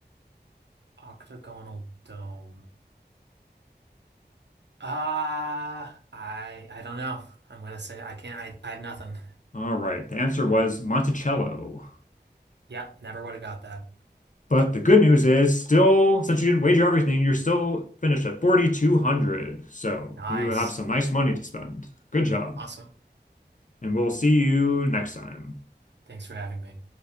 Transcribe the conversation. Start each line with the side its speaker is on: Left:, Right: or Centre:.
Right: Octagonal dome. Ah, I I don't know. I'm gonna say I can't. I I have nothing.
Left: All right, the answer was Monticello.
Right: Yep, never would have got that.
Left: But the good news is, still, since you didn't wager everything, you're still finished at 4,200. So
Right: Nice.
Left: you have some nice money to spend. Good job.
Right: Awesome.
Left: And we'll see you next time.
Right: Thanks for having me.